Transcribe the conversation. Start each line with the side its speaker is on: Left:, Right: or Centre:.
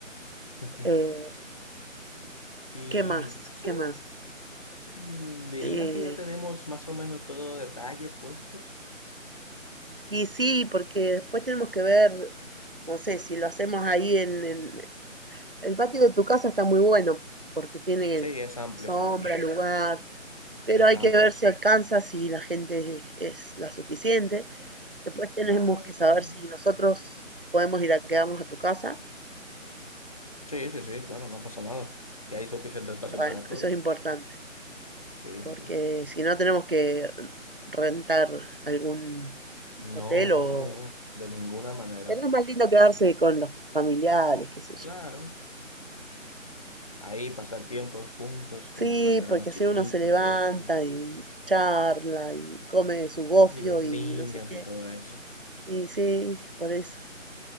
Left: <laughs>
Right: Eh,
Left: Y
Right: ¿Qué más?
Left: sí,
Right: ¿Qué más?
Left: mm, diría
Right: Eh,
Left: que ya tenemos más o menos todo detalle puestos.
Right: Y sí, porque después tenemos que ver, no sé, si lo hacemos ahí en, en- el patio de tu casa está muy bueno porque tiene
Left: Sí, es amplio,
Right: sombra,
Left: es amplio.
Right: lugar, pero
Left: Y es
Right: hay
Left: amplio,
Right: que ver
Left: sí.
Right: si alcanza, si la gente es, es la suficiente. Después tenemos
Left: No,
Right: que
Left: sí.
Right: saber si nosotros podemos ir a quedarnos a tu casa.
Left: Sí, sí, sí, claro, no pasa nada. Aquí hay suficiente espacio
Right: Bueno,
Left: para todos.
Right: eso es importante,
Left: Sí, sí,
Right: porque
Left: sí.
Right: si no tenemos que rentar algún
Left: No,
Right: hotel
Left: no,
Right: o...
Left: no, no, de ninguna manera.
Right: es más lindo quedarse con los familiares, qué sé yo.
Left: Claro, ahí pasar tiempo juntos como
Right: Sí,
Left: cuando éramos
Right: porque
Left: chiquitos
Right: si uno se levanta
Left: y eso.
Right: y charla y come su gofio
Left: Y los
Right: y
Left: niños
Right: no sé qué.
Left: y todo eso.
Right: Y sí, por eso.